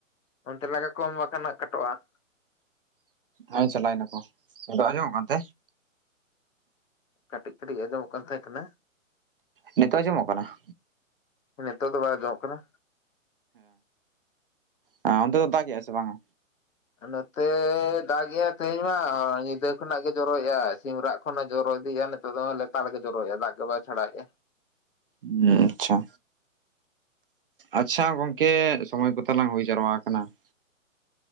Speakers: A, on the left (about 70°); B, on the right (about 45°).
A: ᱚᱱᱛᱮ ᱞᱟᱜᱟ ᱠᱚᱢ ᱵᱟᱠᱷᱟᱱᱟᱜ ᱠᱟᱴᱚᱜ-ᱟ ᱾
B: ᱦᱮᱸ ᱪᱟᱞᱟᱭ ᱱᱟᱠᱚ, ᱟᱫᱚ ᱟᱸᱡᱚᱢᱚᱜ ᱠᱟᱱ ᱛᱮ ᱾
A: ᱠᱟᱹᱴᱤᱡ ᱠᱟᱹᱴᱤᱡ ᱟᱸᱡᱚᱢᱚᱜ ᱠᱟᱱ ᱛᱟᱦᱮᱸ ᱠᱟᱱᱟ ᱾
B: ᱱᱤᱛᱚᱜ ᱟᱸᱡᱚᱢᱚᱜ ᱠᱟᱱᱟ ᱾
A: ᱱᱤᱛᱚᱜ ᱫᱚ ᱵᱟᱭ ᱟᱸᱡᱚᱢᱚᱜ ᱠᱟᱱᱟ ᱾
B: ᱦᱮᱸ ᱚᱱᱛᱮ ᱫᱚ ᱫᱟᱜᱮ ᱟᱥᱮ ᱵᱟᱝ-ᱟ?
A: ᱱᱚᱛᱮ ᱫᱟᱜᱮ ᱟᱭ ᱛᱮᱦᱮᱸᱧ ᱢᱟ ᱧᱤᱫᱟᱹ ᱠᱷᱚᱱᱟᱜ ᱜᱮ ᱡᱚᱨᱚᱭᱮᱜ-ᱟᱭ ᱥᱤᱢᱨᱟᱜ ᱠᱷᱚᱱ ᱡᱚᱨᱚ ᱤᱫᱤᱜ-ᱟ ᱱᱤᱛᱚᱜ ᱫᱚ ᱞᱮᱛᱟᱲ ᱜᱮ ᱡᱚᱨᱚᱭᱮᱜ-ᱟᱭ ᱫᱟᱜᱽ ᱜᱮ ᱵᱟ ᱪᱷᱟᱰᱟᱭᱮᱜ-ᱟᱭ ᱾
B: ᱦᱩᱸ ᱟᱪᱪᱷᱟ, ᱟᱪᱪᱷᱟ ᱜᱚᱝᱠᱮ ᱥᱚᱢᱚᱭ ᱠᱚ ᱛᱟᱞᱟᱝ ᱦᱩᱭ ᱡᱟᱨᱣᱟ ᱟᱠᱟᱱᱟ ᱾